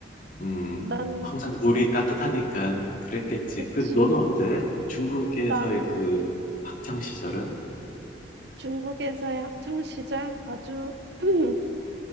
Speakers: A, on the left; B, on the right.
A: 음.
B: 난
A: 항상 물이 따뜻하니까 그랬겠지.
B: 그치.
A: 그 너는 어때? 중국에서의
B: 난
A: 그 학창 시절은?
B: 중국에서의 학창 시절 아주 <clears throat>